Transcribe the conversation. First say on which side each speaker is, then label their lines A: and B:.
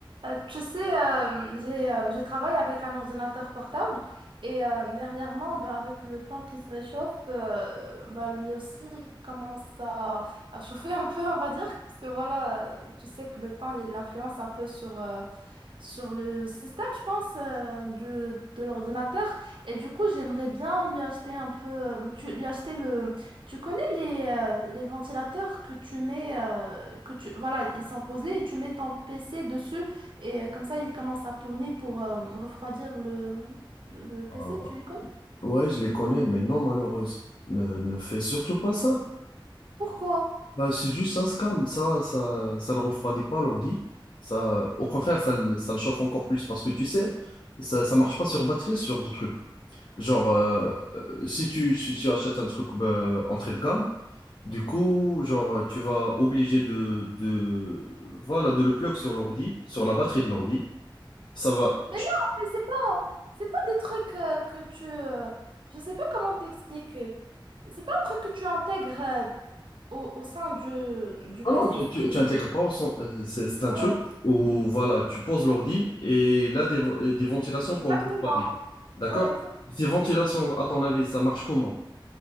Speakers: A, on the right; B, on the left.
A: Euh, tu sais, euh, j'ai, euh, je travaille avec un ordinateur portable et euh, dernièrement, ben, avec le temps qui se réchauffe, euh, ben, lui aussi il commence à, à chauffer un peu, on va dire. Parce que voilà, euh, tu sais que le temps, il influence un peu sur, euh, sur le système, je pense, euh, du, de l'ordinateur. Et du coup, j'aimerais bien lui acheter un peu, euh, tu, lui acheter le... Tu connais les, euh, les ventilateurs que tu mets, euh, que tu, voilà, ils sont posés et tu mets ton PC dessus. Et euh, comme ça, il commence à tourner pour euh, refroidir le, le PC,
B: Ah,
A: tu les connais?
B: ouais, je les connais, mais non, malheureuse. Ne, ne fais surtout pas ça.
A: Pourquoi?
B: Bah, c'est juste un scam. Ça, ça, ça ne refroidit pas l'ordi. Ça, au contraire, ça, le- ça le chauffe encore plus parce que tu sais, ça, ça marche pas sur batterie, ce genre de truc. Genre, euh, euh, si tu, si tu achètes un truc bah, entrée de gamme, du coup, genre, tu vas obligé de, de, voilà, de le plug sur l'ordi, sur la batterie de l'ordi. Ça va.
A: Mais non, mais c'est pas, c'est pas des trucs euh, que tu... euh, je sais pas comment t'expliquer. C'est pas un truc que tu intègres euh, au, au sein du, du
B: Non,
A: PC.
B: non, tu, tu, tu intègres pas au son- euh, C'est c'est un
A: Ouais,
B: truc où, voilà, tu poses l'ordi et là, des, vo- et des ventilations pour
A: exactement.
B: le refroidir. D'accord?
A: Ouais, exactement.
B: Ces ventilations, à ton avis, ça marche comment?